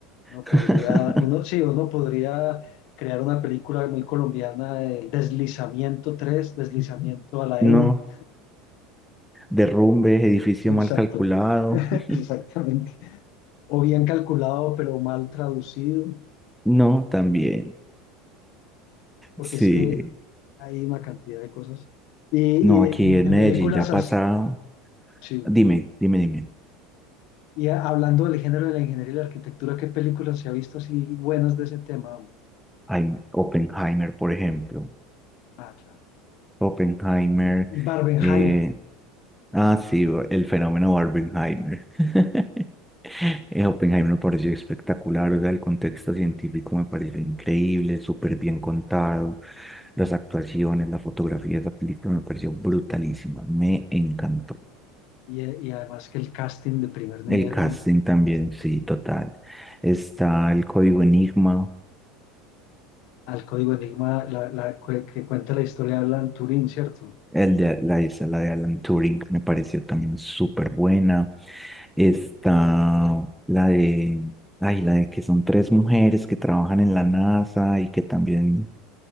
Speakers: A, on the left; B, in the centre.
A: Uno
B: <laughs>
A: podría, uno, sí, uno podría crear una película muy colombiana el Deslizamiento 3 Deslizamiento a la
B: No,
A: N.
B: derrumbe, edificio
A: Exacto,
B: mal calculado,
A: <laughs>
B: <laughs>
A: exactamente. O bien calculado, pero mal traducido,
B: no, también,
A: porque
B: sí.
A: es que hay una cantidad de cosas. Y, y
B: No,
A: de,
B: aquí
A: de
B: en Medellín
A: películas
B: ya pasa.
A: así, sí.
B: Dime, dime, dime.
A: Y a- hablando del género de la ingeniería y la arquitectura, ¿qué películas se ha visto así buenas de ese tema? hombre?
B: Hay Oppenheimer, por ejemplo.
A: Ah, claro.
B: Oppenheimer.
A: Y Barbenheimer.
B: eh, ah, sí, el fenómeno Barbenheimer. <laughs> Eh, Oppenheimer me pareció espectacular, o sea, el contexto científico me pareció increíble, súper bien contado, las actuaciones, la fotografía de esa película me pareció brutalísima, me encantó.
A: Y, eh, y además que el casting de primer nivel,
B: El casting
A: ¿no?
B: también, sí, total. Está el código Enigma,
A: Al Código Enigma, la, la cu- que cuenta la historia de Alan Turing, ¿cierto?
B: El de, la, esa, la de Alan Turing me pareció también súper buena. Está la de, ay, la de que son tres mujeres que trabajan en la NASA y que también,